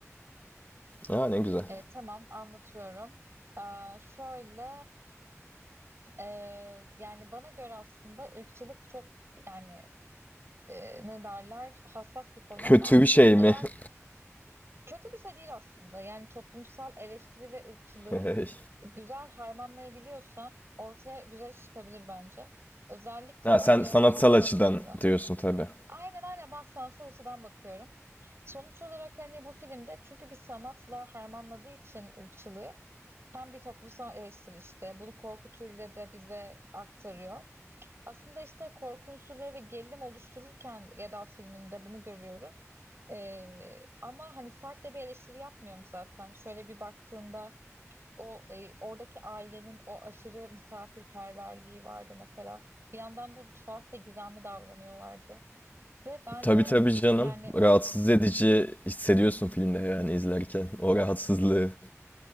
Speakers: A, on the left; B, on the right.
A: Ha ne güzel.
B: Ee, tamam anlatıyorum. Ee, şöyle Ee, yani bana göre aslında ırkçılık çok yani e, ne derler hassas bir konu
A: Kötü
B: ama
A: bir şey
B: eğer
A: mi? <laughs>
B: kötü bir şey değil aslında yani toplumsal eleştiri ve ırkçılığı
A: Hey.
B: güzel harmanlayabiliyorsan ortaya güzel iş çıkabilir bence. Özellikle
A: Ha
B: de
A: sen
B: yönetmen
A: sanatsal
B: çok
A: açıdan
B: başarılı.
A: diyorsun tabii.
B: Aynen aynen ben sanatsal açıdan bakıyorum. Sonuç olarak hani bu filmde çünkü bir sanatla harmanladığı için ırkçılığı hem bir toplumsal eleştiri işte bunu korku türüyle de bize aktarıyor. Aslında işte korku unsurları ve gerilim oluştururken Geda filminde bunu görüyoruz. Ee, ama hani sert de bir eleştiri yapmıyorum zaten. Şöyle bir baktığında o e, oradaki ailenin o aşırı misafirperverliği vardı mesela. Bir yandan da tuhaf ve gizemli davranıyorlardı. Ve bence
A: Tabii tabii canım.
B: yani
A: Rahatsız edici hissediyorsun filmde yani izlerken. O rahatsızlığı.